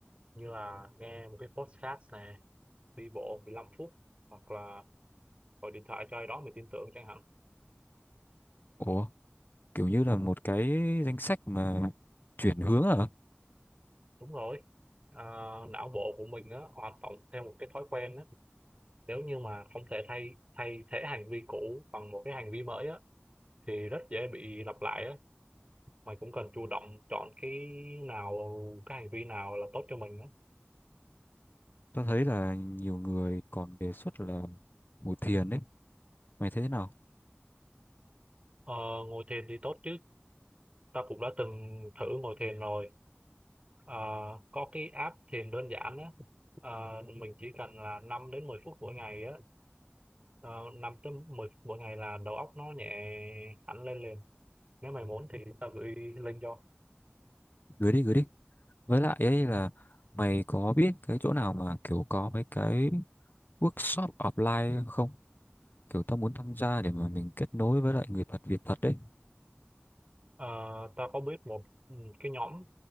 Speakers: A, on the right (about 30°); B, on the left (about 55°).
A: như là nghe một cái podcast nè đi bộ 15 phút hoặc là gọi điện thoại cho ai đó mình tin tưởng chẳng hạn
B: Ủa, kiểu như là một cái danh sách mà chuyển hướng à?
A: đúng rồi Ờ, não bộ của mình á hoạt động theo một cái thói quen á nếu như mà không thể thay thay thế hành vi cũ bằng một cái hành vi mới á thì rất dễ bị lặp lại á mày cũng cần chủ động chọn cái nào cái hành vi nào là tốt cho mình á
B: Tao thấy là nhiều người còn đề xuất là ngồi thiền đấy. Mày thấy thế nào?
A: Ờ, ngồi thiền thì tốt chứ ta cũng đã từng thử ngồi thiền rồi Ờ, có cái app thiền đơn giản á ờ, mình chỉ cần là 5 đến 10 phút mỗi ngày á uh, 5 tới 10 phút mỗi ngày là đầu óc nó nhẹ hẳn lên liền nếu mày muốn thì tao gửi link cho
B: Gửi đi, gửi đi. Với lại ấy là mày có biết cái chỗ nào mà kiểu có mấy cái workshop offline không? Kiểu tao muốn tham gia để mà mình kết nối với lại người thật việc thật đấy.
A: Ờ, tao có biết một ừ, cái nhóm